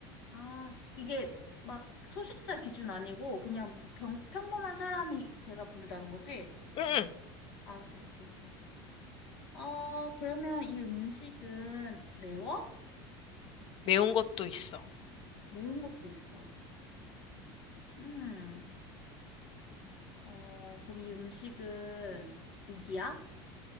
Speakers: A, on the left; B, on the left.
A: 아, 이게 막 소식자 기준 아니고 그냥 뭐 병, 평범한 사람이 배가 부르다는 거지?
B: 응, 응.
A: 아, 오케이, 오케이. 어, 그러면 이 음식은 매워?
B: 매운 것도 있어.
A: 매운 것도 있어. 음, 어, 그럼 이 음식은 고기야?